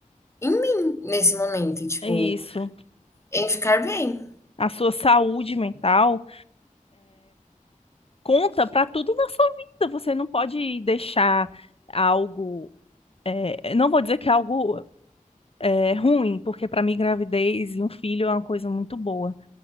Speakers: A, on the left; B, on the left.
A: em mim nesse momento, tipo,
B: é isso.
A: em ficar bem.
B: A sua saúde mental conta para tudo na sua vida. Você não pode deixar algo, eh, não vou dizer que é algo eh, ruim, porque para mim gravidez e um filho é uma coisa muito boa,